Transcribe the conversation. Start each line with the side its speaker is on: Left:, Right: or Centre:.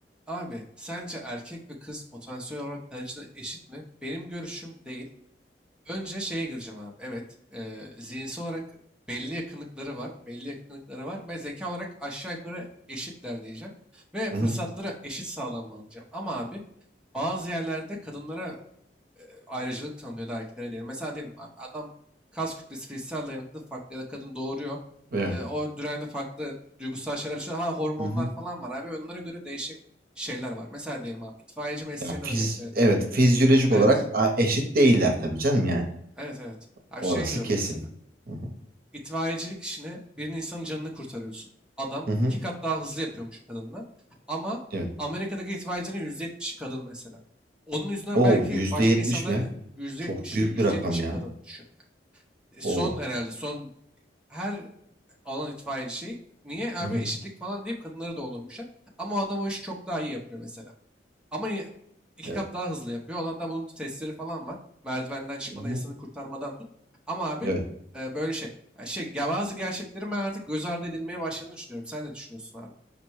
Centre: Abi sence erkek ve kız potansiyel olarak kalecide eşit mi? Benim görüşüm değil. Önce şeye gireceğim abi. Evet, e, zihinsel olarak belli yakınlıkları var. Belli yakınlıkları var ve zeka olarak aşağı yukarı eşitler diyeceğim. Ve fırsatlara
Right: Hı-hı.
Centre: eşit sağlanmalı diyeceğim. Ama abi bazı yerlerde kadınlara e, ayrıcalık tanınıyordu erkeklere değil. Mesela diyelim abi adam kas kütlesi fiziksel dayanıklı farklı ya da kadın doğuruyor.
Right: Evet.
Centre: E, o dönemde farklı duygusal şeyler yaşıyor. Ha hormonlar
Right: Hı-hı.
Centre: falan var abi. Onlara göre değişik şeyler var. Mesela diyelim abi itfaiyeci mesleğine
Right: Ya fiz
Centre: örnek verelim.
Right: evet fizyolojik
Centre: Evet.
Right: olarak a- eşit değiller tabii canım yani.
Centre: Evet evet. Abi
Right: Orası
Centre: şey diyorum
Right: kesin.
Centre: mesela.
Right: Hı-hı.
Centre: İtfaiyecilik işine bir insanın canını kurtarıyorsun. Adam
Right: Hı-hı.
Centre: iki kat daha hızlı yapıyormuş kadından. Ama
Right: Evet.
Centre: Amerika'daki itfaiyecinin yüzde yetmişi kadın mesela. Onun yüzünden
Right: O
Centre: belki
Right: yüzde
Centre: başka
Right: yetmiş
Centre: insanlar
Right: mi?
Centre: yüzde
Right: Çok
Centre: yetmişi
Right: büyük
Centre: yüzde
Right: bir rakam
Centre: yetmişi
Right: ya.
Centre: kadın düşün yani. E, Son
Right: O.
Centre: herhalde son her alan itfaiyeci şey. Niye abi
Right: Hı-hı.
Centre: eşitlik falan deyip kadınları doldurmuşlar. Ama o adam o işi çok daha iyi yapıyor mesela. Ama y- iki
Right: Evet.
Centre: kat daha hızlı yapıyor. Ona da bunun testleri falan var. Merdivenden çıkmadan
Right: Hı-hı.
Centre: insanı kurtarmadan tut. Ama abi
Right: Evet.
Centre: e, böyle şey. ya şey ya bazı gerçeklerin ben artık göz ardı edilmeye başladığını düşünüyorum. Sen ne düşünüyorsun abi?